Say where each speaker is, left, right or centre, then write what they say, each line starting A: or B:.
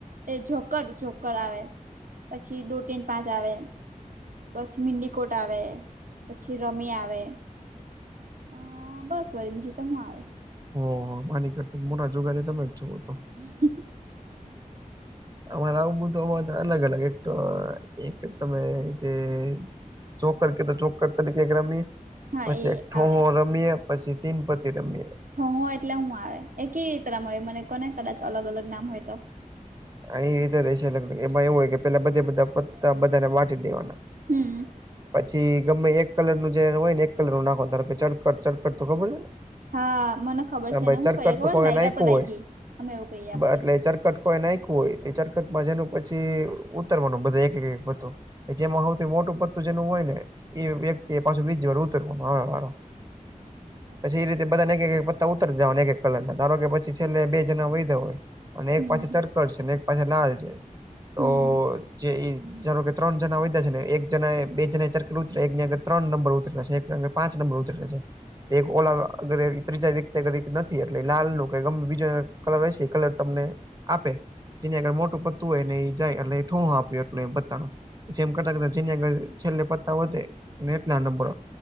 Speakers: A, on the right; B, on the right.
A: એ જોકર જોકર આવે પછી દોટીન પાંચ આવે પછી મિન્ડીકોટ આવે પછી રમી આવે હ બસ વળ બીજીું તો હું આવે
B: હ હ માની કરતા મ રજુગારી તમે ઈ્છુકો તો
A: હ
B: અમારે આવું બધુંમાં તો અલગ અલગ એક તો એક તમે જે છોંક કર તો ચોંક કરતા કેમે
A: હા
B: પછી
A: એ
B: એક ઠોગો
A: આવડે
B: રમીએ પછી તીન પતિ રમીએ
A: હ હો એટલે હું આવે એ કેવી રીતમાં મને કોને કદાચ અલગ અલગ નામ હોય તો
B: અ એ રીતે દ એમાં એવું હોય કે પેલા બધા બધા પતા બધાને વાટી દેવાના
A: હમ
B: પછી ગમે એક કલર નું જે હોય ને એક કલર ન નાખોનું ધો કે ચકટ ચળકટ તો ખબર છે
A: હા મને ખબર
B: ને
A: છે
B: ભાઈ ચરકટ
A: હું કહીએ ખબર
B: નું કો
A: લાયગા
B: નાખું
A: પર લાયગી
B: હોય
A: અમે એવું કહીએ આ બાજુ
B: એટલે ચરકટ ને નાખું હોય ચરકટમાં જેનું પછી ઉતરવાનું બધા એક એક હતું. જેમાં સૌથી મોટું પત્તું જેનું હોય ને એ વ્યક્તિ એ પાછું બીજ વાર ઉતરવામાં આવે વારો <inaudible>
A: અચ્છા
B: પછી એ રીતે
A: એવું
B: બધાને એક પત્તા ઉતર જવા એક એક કલર નાને ધારો કે પછી છેલ્લે બે જણા હોય હોય. અને એક
A: હમ
B: પાછ તરકડ છે અને એક પાછ લાલ છે તો
A: હમ
B: જે જાો કે ત્રણ જણા વધ્યા છે ને એક જ એ બે જના ચારક ઉત એકની આર ત્રણ નંબર ઉતરે્યા છે. પાંચ નંબર ઉતરેકે છે. એક ઓલાગ ત્રીજા વ્યક્તિગ નથી એટલે લાલ નું ગમે બીજો કલર હો છે એ કલર તમને આપે જેની આગળ મોટું પત્તું હોય ને એ જાય એટલે ઠોહ આપ્યો એટલ પતાણ જેમ કરતા કરતા જે આગળ છેલ્લે પત્તા વધે એટલે નંબર